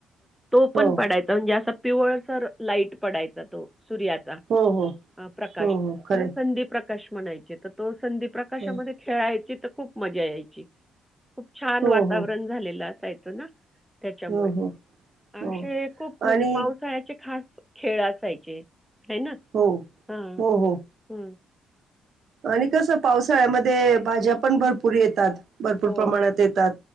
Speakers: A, in the centre; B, on the right (about 60°).
A: तो
B: हो
A: पण पडायचा म्हणजे असा पिवळसर लाईट पडायचा तो. सुर्याचा.
B: हो हो
A: अ.. प्रकाश.
B: हो हो खरंय
A: त्याला संधी प्र.. प्रकाश म्हणायचे. त तो संधी प्रकाशामध्ये
B: हो
A: खेळायचीत. तर खूप मजा यायची. खूप छान
B: हो
A: वातावरण
B: हो
A: झालेलं असायचं. च ना! त्याच्यामुळे
B: हो हो
A: असे
B: हो
A: खूप म्हणजे
B: आणि
A: पावसाळ्याचे खास. खेळ असायचे. हे ना.
B: हो
A: हां
B: हो हो
A: हम्. ह.
B: आणि कस पावसाळ्यामध्ये भाज्या पण भरपूर येतात. भरपूर
A: हो,
B: प्रमाणात येतात,